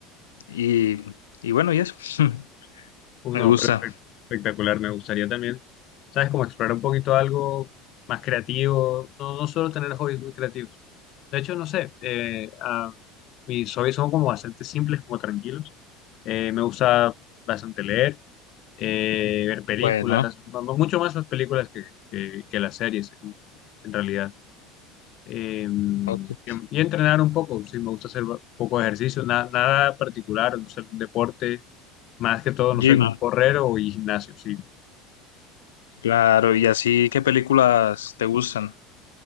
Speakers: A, on the left; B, on the left.
A: Y, y bueno, y eso, <laughs>
B: Uf,
A: me
B: no,
A: gusta.
B: pero espe- espectacular. Me gustaría también, ¿sabes? Como explorar un poquito algo más creativo. No, no solo tener hobbies muy creativos. De hecho, no sé, eh, ah, mis hobbies son como bastante simples, como tranquilos. Eh, me gusta bastante leer, eh, ver películas,
A: Bueno,
B: mu- mu- mucho más las películas que, que- que las series, en, en realidad. Eh,
A: ok.
B: y, y entrenar un poco, sí, me gusta hacer ba- un poco de ejercicio, na- nada particular, no sé, algún deporte, más que todo,
A: Jim,
B: no sé, como correr o ir gimnasio, sí.
A: claro, y así, ¿qué películas te gustan?